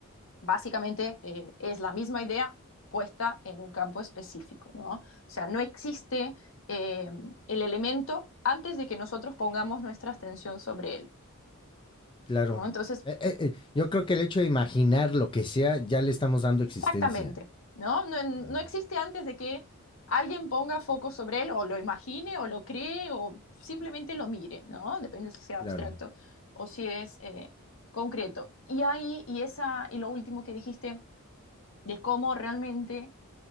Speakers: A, on the left; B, on the left.
A: básicamente eh, es la misma idea puesta en un campo específico, ¿no? O sea, no existe eh, el elemento antes de que nosotros pongamos nuestra atención sobre él.
B: claro.
A: ¿no? Entonces,
B: Eh, eh, eh, yo creo que el hecho de imaginar lo que sea, ya le estamos dando
A: Exactamente,
B: existencia.
A: ¿no? No, no
B: Ujú,
A: existe antes de que alguien ponga foco sobre él o lo imagine o lo cree o simplemente lo mire, ¿no? Depende si sea abstracto
B: Claro,
A: o si es eh, concreto. Y ahí, y esa, y lo último que dijiste de cómo realmente